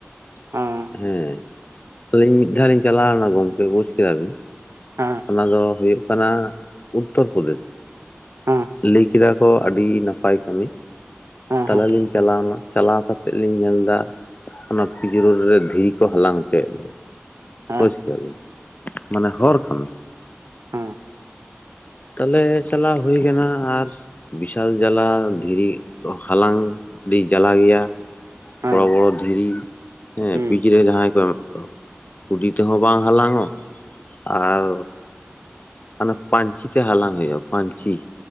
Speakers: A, on the right; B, on the left.
A: ᱦᱟᱸ ᱾
B: ᱦᱮᱸ, <inaudible> ᱟᱹᱞᱤᱧ ᱢᱤᱫ ᱫᱷᱟᱣ ᱞᱤᱧ ᱪᱟᱞᱟᱣ ᱞᱮᱱᱟ ᱜᱚᱝᱠᱮ ᱵᱩᱡᱽ ᱠᱮᱫᱟ ᱵᱤᱱ ᱾
A: ᱦᱟᱸ ᱾
B: ᱚᱱᱟ ᱫᱚ ᱦᱩᱭᱩᱜ ᱠᱟᱱᱟ ᱩᱛᱛᱚᱨ ᱯᱨᱚᱫᱮᱥ ᱾
A: ᱦᱮᱸ
B: ᱞᱟᱹᱭ ᱠᱮᱫᱟ ᱠᱚ ᱟᱹᱰᱤ ᱱᱟᱯᱟᱭ ᱠᱟᱹᱢᱤ ᱾ <inaudible>
A: ᱦᱮᱸ
B: ᱛᱟᱦᱮᱞᱮ
A: ᱦᱮᱸ
B: ᱞᱤᱧ ᱪᱟᱞᱟᱣ ᱮᱱᱟ ᱾ ᱪᱟᱞᱟᱣ ᱠᱟᱛᱮᱫ ᱞᱤᱧ ᱧᱮᱞ ᱮᱫᱟ ᱚᱱᱟ ᱯᱤᱪᱨᱳᱰ ᱨᱮ ᱫᱷᱤᱨᱤ ᱠᱚ ᱦᱟᱞᱟᱝ ᱦᱚᱪᱚᱭᱮᱜ ᱞᱮᱭᱟ᱾
A: ᱦᱮᱸ
B: ᱵᱩᱡ ᱠᱮᱫᱟᱵᱤᱱ ᱢᱟᱱᱮ ᱦᱚᱨ ᱠᱷᱚᱱ ᱾
A: ᱦᱩᱸ᱾
B: ᱛᱟᱞᱦᱮ ᱪᱟᱞᱟᱣ ᱦᱳᱭ ᱠᱟᱱᱟ ᱟᱨ ᱵᱤᱥᱟᱞ ᱡᱟᱹᱞᱟ ᱫᱷᱤᱨᱤ ᱦᱟᱞᱟᱝ ᱟᱹᱰᱤ ᱡᱟᱞᱟ ᱜᱮᱭᱟ᱾
A: ᱦᱮᱸ ᱦᱮᱸ
B: ᱵᱚᱲᱚ ᱵᱚᱲᱚ ᱫᱷᱤᱹᱨᱤ ᱦᱮᱸ
A: ᱦᱩᱸ
B: ᱯᱤᱡᱨᱮ ᱡᱟᱦᱟᱸᱭ ᱠᱚ ᱮᱢᱮᱜ ᱠᱚᱣᱟ᱾ ᱠᱩᱰᱤ ᱛᱮᱦᱚᱸ ᱵᱟᱝ ᱦᱟᱞᱟᱝ ᱚᱜ ᱟᱨ ᱦᱟᱱᱮ ᱯᱟᱧᱪᱤ ᱛᱮ ᱦᱟᱞᱟᱝ ᱦᱩᱭᱩᱜᱼᱟ, ᱯᱟᱧᱪᱤ᱾